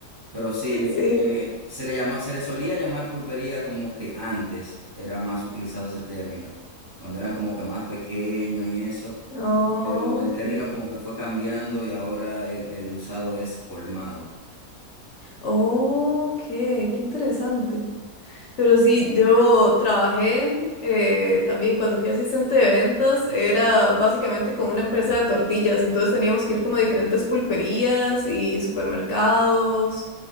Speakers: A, on the right (about 20°); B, on the left (about 55°).
A: Pero sí,
B: sí.
A: eh, se le llama, se le solía llamar pulpería como que antes era más utilizado ese término, cuando eran como que más pequeños y eso,
B: Oh,
A: pero el
B: ok.
A: término como que fue cambiando y ahora el, el usado es colmado.
B: Oh, Ok, qué interesante. Pero sí, yo trabajé eh, también cuando fui asistente de ventas, era básicamente con una empresa de tortillas, entonces teníamos que ir como a diferentes pulperías y supermercados.